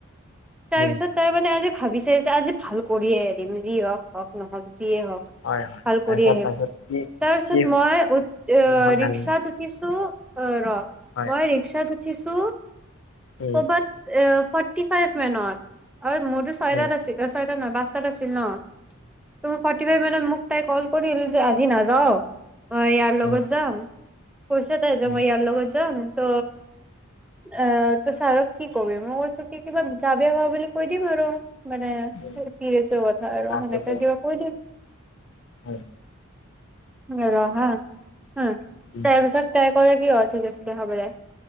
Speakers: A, in the centre; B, on the left (about 60°).
A: তাৰপিছত
B: উম
A: তাৰ মানে আজি। ভাবিছে যে আজি ভাল কৰিয়ে এৰিম যি হওঁক হওঁক নহওঁক। যিয়ে হওঁক
B: হয় হয়
A: ভাল
B: তাৰপিছত
A: কৰি আহিম
B: তাৰপিছত কি
A: তাৰপিছত
B: কি
A: মই উ আহ
B: অনুসন্ধান
A: ৰিক্সাত উঠিছো। অ', ৰ'।
B: হয়
A: মই ৰিক্সা। থিচো
B: উম
A: ক'বাত অ', ফৰ ফটি ফাইভ মানত। অ', মোৰতো ছয়টাত
B: উম
A: আছিলে ছয় তই নাবাস্তাত আছিল ন'। ত' ফটি ফাইব মানত মোক তাই ক'ল কৰিল যে আজি নাযাও। অ', ইয়াৰ লগত
B: উম
A: যাম। কৈছে তাই যে
B: উম
A: ইয়াৰ লগত যাম। তো অ', ত ছাৰক কি কবি মই কৈছো কি কিবা গা বেয়া হোৱা বুলি কৈ দিম আৰু। মানে
B: উম
A: ফছে কথা আৰু
B: আকৌ
A: সনেকা
B: দে।
A: যিবা কৈ দম।
B: উম
A: উ ৰহা উম
B: উম
A: তাৰপিছত তাই কৰে কি অৰ্থ হৈ আছিলে হব দে।